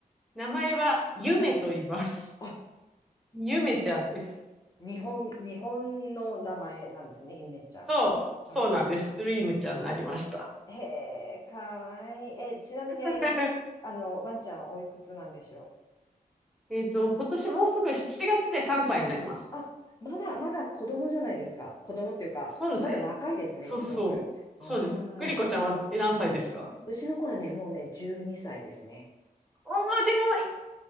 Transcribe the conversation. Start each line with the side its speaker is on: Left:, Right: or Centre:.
Centre: 名前は、ゆめと言います。
Left: あ、
Centre: ゆめちゃんです。
Left: 日本、日本の名前なんですね、ゆめちゃん。
Centre: そう、そうなんです。
Left: ああ、
Centre: ドリームちゃんになりました。
Left: へえ、かわいい。え、ちなみに、
Centre: <laughs>
Left: あの、ワンちゃんはおいくつなんでしょ
Centre: えっと、今年もうすぐ7月で3歳になります。
Left: うあ、まだ、まだ子供じゃないですか。子供っていうか、
Centre: そうなんですね。
Left: まだ若いですね、
Centre: そうそう。
Left: すごく。
Centre: そうです。
Left: あ
Centre: グリコちゃんはえ何歳ですか
Left: あ、うちの子はね、もうね、12歳ですね。
Centre: ああ、でも、一